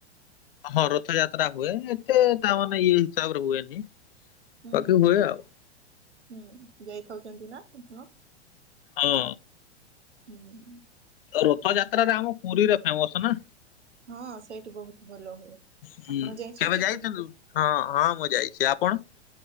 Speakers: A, on the left (about 55°); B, on the right (about 75°).
A: ହଁ ରଥଯାତ୍ରା ହୁଏ ଏତେ ତା ମାନେ ଇଏ ହିସାବରେ ହୁଏନି।
B: ହୁଁ
A: ବାକି
B: ହୁଁ
A: ହୁଏ ଆଉ
B: ହୁଁ ଯାଇଖାଉଛନ୍ତି ନା ଆପଣ?
A: ହଁ।
B: ହୁଁ <inaudible>
A: ରଥଯାତ୍ରାରେ ଆମ ପୁରୀରେ ଫେମସ ନା।
B: ହଁ ସେଇଠି ବହୁତ ଭଲ ହୁଏ
A: ହୁଁ
B: ଆପଣ ଯାଇଛନ୍ତି
A: କେବେ
B: ପୁରୀକୁ।
A: ହଁ ହଁ ମୁଁ ଯାଇଛି ଆପଣ।